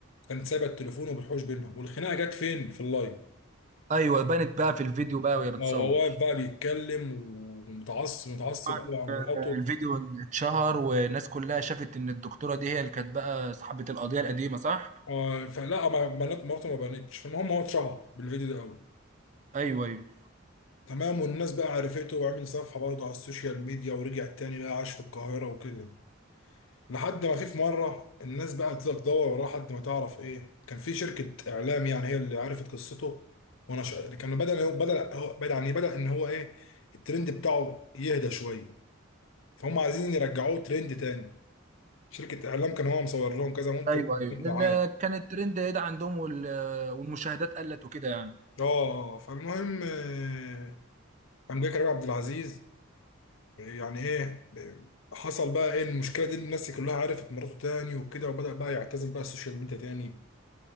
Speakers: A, on the left (about 65°); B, on the right (about 35°).
A: كانت سايبة التليفون وبتحوش بينهم والخناقة جت فين في اللايف
B: ايوه بانت بقى في الفيديو بقى وهي بتصور
A: هو واقف بقى بيتكلم ومتعصب متعصب
B: طبعاً
A: قوي على مراته
B: الفيديو اتشهر والناس كلها شافت ان الدكتورة دي هي اللي كانت بقى صاحبة القضية القديمة صح؟
A: آه، فلا ما بنات مراته ما بانتش فالمهم هو اتشهر بالفيديو ده قوي
B: ايوه ايوه
A: تمام والناس بقى عرفته وعمل صفحة برضه على السوشيال ميديا ورجع تاني بقى عاش في القاهرة وكده لحد ما في في مره الناس بقى تفضل تدور وراه لحد ما تعرف ايه كان في شركه اعلام يعني هي اللي عرفت قصته وانا ش... كان بدا هو بدا هو بدا يعني بدا ان هو ايه الترند بتاعه يهدى شويه فهم عايزين يرجعوه ترند تاني شركه اعلام كان هو مصور لهم كذا منتج
B: ايوه
A: وعاملين
B: ايوه
A: دعايه
B: ال- كان الترند ده عندهم وال- والمشاهدات قلت وكده يعني
A: اه آه، فالمهم آه، قام جاي كريم عبد العزيز يعني ايه حصل بقى ايه المشكله دي الناس كلها عرفت مراته تاني وكده وبدا بقى يعتزل بقى السوشيال ميديا تاني